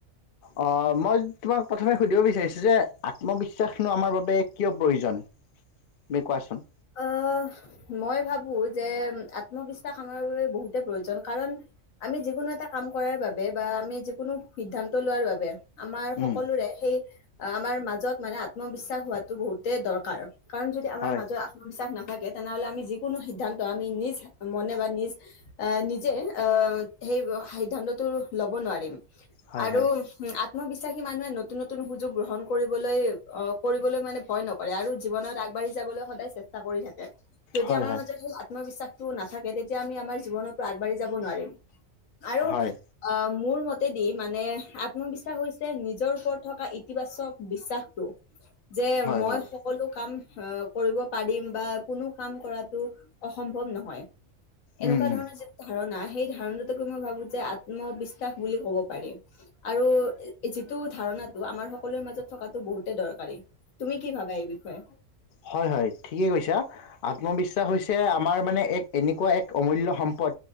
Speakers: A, on the left (about 55°); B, on the left (about 85°).
A: অ মই তোমাক প্ৰথমে সুধিব বিচাৰিছো যে আত্মবিশ্বাসনো আমাৰ বাবে কিয় প্ৰয়োজন। তুমি কোৱাচোন।
B: আহ মই ভাবো যে আত্মবিশ্বাস আমাৰ বাবে বহুতে প্ৰয়োজন কাৰণ। আমি যিকোনো এটা কাম কৰাৰ বাবে বা আমি যিকোনো সিদ্ধান্ত লোৱাৰ বাবে। আমাৰ
A: উম
B: সকলোৰে সেই আমাৰ মাজত মানে আত্মবিশ্বাস হোৱাতো বহুতেই দৰকাৰ। কাৰণ যদি আমাৰ
A: হয়
B: মাজত বিশ্বাস নাথাকে তেনেহলে আমি যোনো সিদ্ধান্ত আমি নিজ মনে বা নিজ নিজে এ সিদ্ধান্ত লৱ নোৱাৰি
A: হয়
B: আৰু
A: হয়
B: আত্মবিশ্বাসী মানুহে নতুন নতুন সুযোগ গ্ৰহণ কৰিবলৈ আহ কৰিবলৈ মানে ভয় নকৰে আৰু জীৱনত আগবঢ়ি যাবলৈ সদায় চেষ্টা কৰি থাকে যদি
A: হয়
B: আমাৰ
A: হয়
B: মাজত সেই, আত্মবিশ্বাসটো নাথাকে তেতিয়া আমি আমাৰ জীৱনতো আগবাঢ়ি যাব নোৱাৰিম আৰু
A: হয়
B: অ মোৰ মতেদি মানে আত্মবিশ্বাস হৈছে নিজৰ ওপৰত থকা ইতিবাচক বিশ্বাসটো। যে
A: হয়
B: মই
A: হয়
B: সকলো কাম আহ কৰিব, পাৰিম বা কোনো কাম কৰাতটো অসম্ভৱ নহয় এনেকুৱা
A: উম উম
B: ধৰণৰ যি ধাৰণা। সেই ধাৰণতকে মই ভাবো যে আত্মবিশ্বাস বুলি ক'ব পাৰি আৰু যিটো ধাৰণ নাটো আমাৰ সকলোৰে মাজত থকাটো বহুতে দৰকাৰী তুমি কি ভাবা এই বিষয়ে।
A: হয় হয়। ঠিকে কৈছা আত্মবিশ্বাস হৈছে আমাৰ মানে এক এনেকুৱা এক অমূল্য সম্পদ